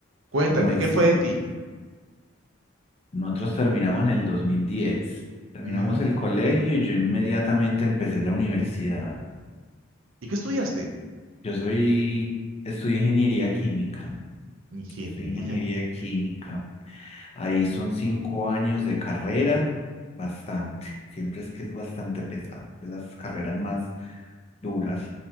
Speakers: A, on the right; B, on the left.
A: Cuéntame,
B: No, es
A: ¿qué fue
B: que
A: de ti?
B: nosotros terminamos en el 2010. Terminamos
A: Ujú.
B: el colegio y yo inmediatamente empecé la universidad.
A: ¿Y qué estudiaste?
B: Yo soy, estudié ingeniería química.
A: Ingeniería.
B: Soy ingeniería química. Ahí son cinco años de carrera, bastante. Siempre es que es bastante pesado, de las carreras más duras,